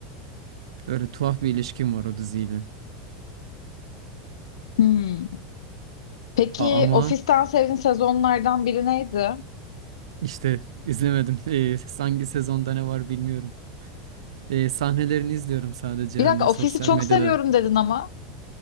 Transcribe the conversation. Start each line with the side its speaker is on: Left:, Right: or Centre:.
Right: Öyle tuhaf bir ilişkim var o diziyle.
Left: Hmm. Peki
Right: A- ama
Left: Ofis'ten sevdiğin sezonlardan biri neydi?
Right: İşte izlemedim. <laughs> Ee, hangi sezonda ne var bilmiyorum. Ee, sahnelerini izliyorum sadece
Left: Bir
Right: hani
Left: dakika
Right: sosyal
Left: Ofis'i çok
Right: medyada.
Left: seviyorum dedin ama.